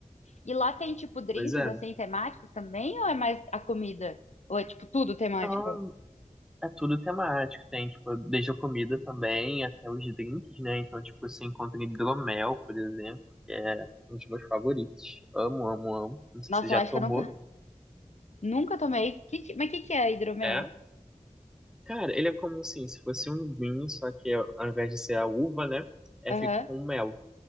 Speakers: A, on the left; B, in the centre.
A: E lá tem, tipo, drinks,
B: Pois é.
A: assim, temáticos também? Ou é mais a comida? Ou é, tipo, tudo temático?
B: Não, é tudo temático. Tem, tipo, desde a comida também até os drinks, né? Então, tipo, você encontra hidromel, por exemplo, que é um dos meus favoritos. Amo, amo, amo. Não sei
A: Nossa,
B: se você já
A: eu acho
B: tomou.
A: que eu nunca, nunca tomei. Que que- mas o que que é hidromel?
B: É. Cara, ele é como assim, se fosse um vinho, só que ao invés de ser a uva, né? É
A: Aham.
B: feito com mel.